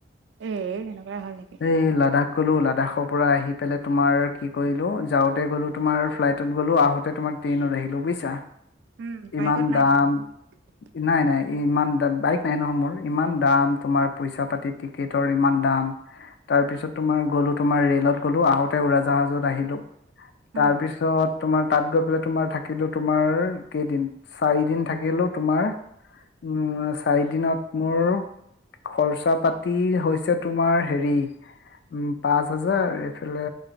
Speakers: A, on the right; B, on the left.
A: এ এনেকুৱাই হ'ল নেকি
B: এই লাডাখ গলো লাডাখৰ পৰা আহি পেলাই তোমাৰ কি কৰিলো যাওঁতে গ'লো তোমাৰ ফ্লাইটত গ'লো আহোঁতে তোমাৰ ট্ৰেইনত আহিলো বুইছা
A: উম বাইকত
B: ইমান
A: নাই
B: দাম
A: <unintelligible>
B: নাই নাই ইমান দা বাইক নাই নহয় মোৰ ইমান দাম তোমাৰ পইচা পাতি টিকেটৰ ইমান দাম। তাৰ পিছত তোমাৰ গলো তোমাৰ ৰেলত গ'লো আহোতে উৰাজাহাজত আহিলো
A: উম
B: তাৰপিছ ছত তোমাৰ তাত গৈ পেলাই তোমাৰ থাকিলো তোমাৰ কেইদিন। চাৰি দিন থাকিলো তোমাৰ উম চাৰি দিনত মোৰ খৰচা পাতি হৈছে তোমাৰ হেৰি উম পাঁচ হাজাৰ এইফালে